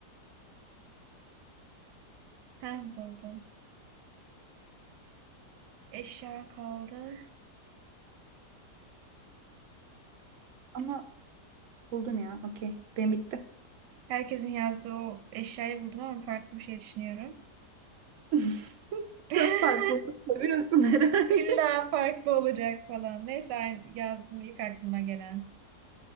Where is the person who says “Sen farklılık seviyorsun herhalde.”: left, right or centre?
Right